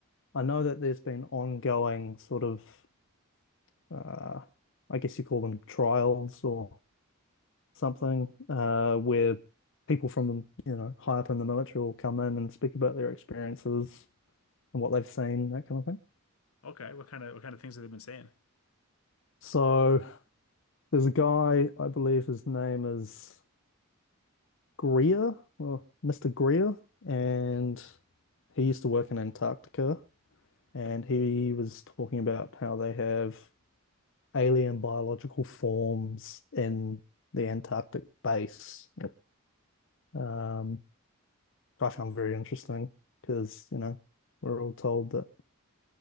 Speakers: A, on the left (about 60°); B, on the left (about 85°).
A: I know that there's been ongoing sort of uh, I guess you call them trials or something uh, where people from, you know, high up in the military will come in and speak about their experiences and what they've seen, that kind of thing.
B: okay, what kind of what kind of things have they been saying?
A: So there's a guy, I believe his name is Greer or Mr. Greer, and he used to work in Antarctica and he was talking about how they have alien biological forms in the Antarctic base. Um, I found very interesting because, you know, we're all told that